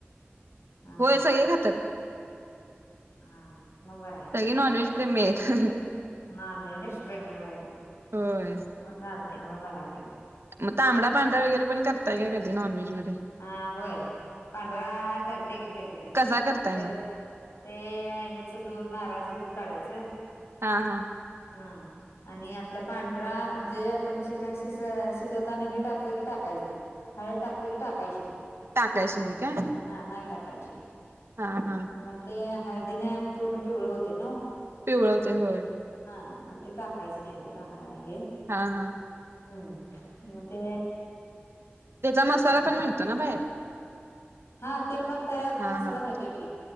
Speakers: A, on the left; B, on the right.
A: हा
B: होय सगळे खातात
A: हा मग बरं आहे
B: क नॉन व्हेज के मे आहेत
A: ना नष्प्रेमी हो
B: होय
A: मग चालते मग भराय
B: मग तांबडाांढरा वगैरे पण करताय का कधी नॉन व्हेज मध्ये
A: हा होय पांढरा करते की कधी तर चला
B: कसा करताय मग
A: ते ह्याच दूर नारळाचं दूर काढायचं.
B: हा हा
A: हा आणि आपला पांढरा जे आपण चिकन शि शिजवताना टाकतोय ते टाकायच नाही हळद टाकतो तरी टाकायची नाही
B: टाकायचं नाही काय?
A: हां नाही टाकायची.
B: हां हां.
A: म ते हळदीने पूर्ण पिवळ होते ना वो.
B: पिवळ ते होय.
A: हां मग ते टाकायची नाही तिला ह हे
B: हां हां.
A: हम्म म ते
B: त्याचा मसाला पण मिळतोय न बाहेर.
A: हा ते पण तयार पण
B: हा
A: मसाला
B: हा
A: मिळतोय की.